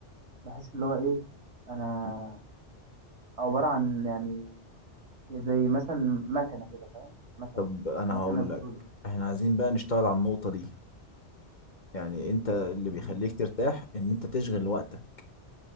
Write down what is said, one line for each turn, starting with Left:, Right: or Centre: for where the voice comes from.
Right: بحس اللي هو ايه انا عبارة عن يعني زي مثلا مكنة كده فاهم مكنة
Left: طب انا
Right: مكنة
Left: هقول
Right: بترول
Left: لك احنا عايزين بقى نشتغل على النقطه دي يعني انت اللي
Right: مم.
Left: بيخليك ترتاح ان انت تشغل وقتك